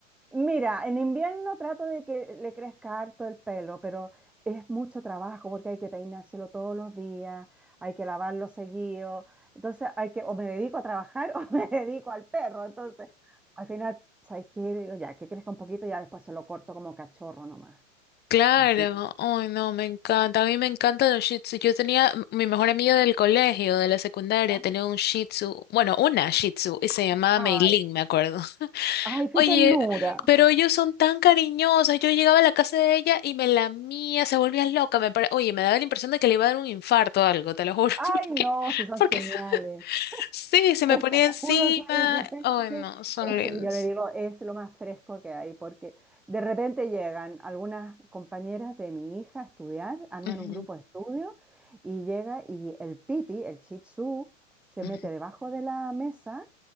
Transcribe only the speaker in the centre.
Mira, en invierno trato de que le crezca harto el pelo, pero es mucho trabajo porque hay que peinárselo todos los días, hay que lavarlo seguido. Entonces hay que, o me dedico a trabajar <laughs> o me dedico al perro. Entonces, al final, ¿sabes qué? Le digo, Ya, que crezca un poquito, ya después se lo corto como cachorro nomás.
Así.
¿ah?
Ay,
ay, qué
ternura.
Ay,
no, si son
geniales.
Es
que te
juro que de repente,
eso
que yo le digo, es lo más fresco que hay, porque de repente llegan algunas compañeras de mi hija a estudiar, arman
un grupo de estudio y llega y el piti, el shih tzu, se
mete debajo de la mesa